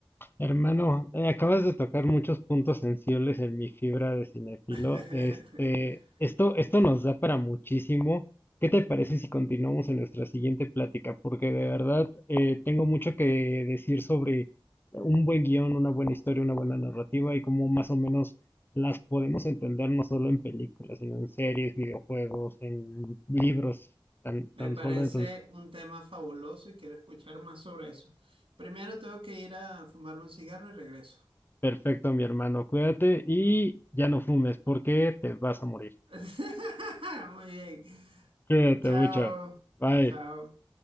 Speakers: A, on the left (about 25°); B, on the right (about 85°).
A: Hermano, eh, acabas de tocar muchos puntos sensibles en mi fibra de cinefilo.
B: <laughs>
A: Este, esto, esto nos da para muchísimo. ¿Qué te parece si continuamos en nuestra siguiente plática? Porque de verdad eh, tengo mucho que decir sobre un buen guión, una buena historia, una buena narrativa y cómo más o menos las podemos entender no solo en películas, sino en series, videojuegos, en libros, tan, tan
B: Me parece
A: solo. Entonces,
B: un tema fabuloso y quiero escuchar más sobre eso. Primero tengo que ir a fumarme un cigarro y regreso.
A: perfecto, mi hermano. Cuídate y ya no fumes porque te vas a morir.
B: <laughs> Muy bien.
A: Cuídate
B: Chao.
A: mucho. Bye.
B: Chao.